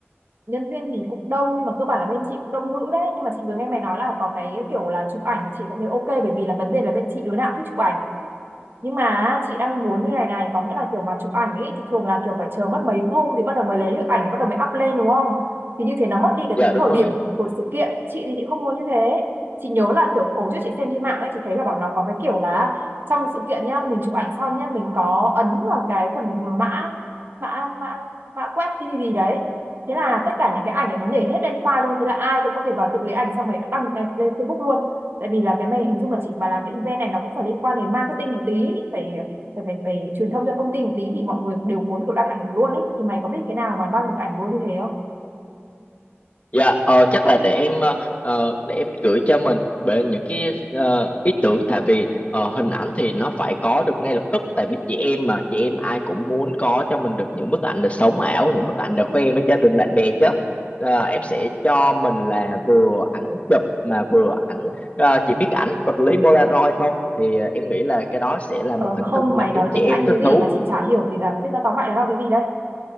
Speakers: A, on the right (about 55°); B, on the left (about 30°).
A: nhân viên thì cũng đông nhưng mà cơ bản là bên chị cũng đông nữ đấy nhưng mà chị vừa nghe mày nói là có cái kiểu là chụp ảnh thì chị cũng thấy ok bởi vì là vấn đề là bên chị đứa nào cũng thích chụp ảnh nhưng mà chị đang muốn như này này có nghĩa là kiểu mà chụp ảnh ấy thì thường là kiểu phải chờ mất mấy hôm thì bắt đầu mới lấy được ảnh bắt đầu mới up lên đúng không thì như thế nó mất đi cái
B: dạ
A: tính
B: đúng
A: thời
B: rồi
A: điểm của sự kiện chị thì chị không muốn như thế chị nhớ là kiểu ổ trước chị xem trên mạng ấy chị thấy là bọn nó có cái kiểu là trong sự kiện nhá mình chụp ảnh xong nhá mình có ấn vào cái phần mã mã mã mã quét cái gì gì đấy thế là tất cả những cái ảnh này nó nhảy hết lên file luôn thế là ai cũng có thể vào tự lấy ảnh xong rồi đăng lên lên Facebook luôn tại vì là cái này hình dung là chị mà làm cái event này nó cũng phải liên quan đến marketing một tí phải phải phải, phải truyền thông cho công ty một tí thì mọi người đều muốn kiểu đăng ảnh luôn ấy thì mày có biết cái nào mà đăng được ảnh luôn như thế không
B: dạ ờ, chắc là để em ờ, ờ, để em gửi cho mình về những cái ờ, ý tưởng tại vì ờ, hình ảnh thì nó phải có được ngay lập tức tại vì chị em mà chị em ai cũng muốn có cho mình được những bức ảnh là sống ảo những bức ảnh để khoe với gia đình bạn bè chứ Ờ, em sẽ cho mình là vừa ảnh chụp mà vừa ảnh ờ, chị biết ảnh vật lý Polaroid không thì ờ, em nghĩ là cái đó sẽ là một
A: ờ,
B: hình thức
A: không
B: mà
A: mày nói
B: khiến chị
A: tiếng
B: em
A: Anh
B: thích
A: cái gì
B: thú
A: mà chị chả hiểu thì là thế nó tóm lại là cái gì đây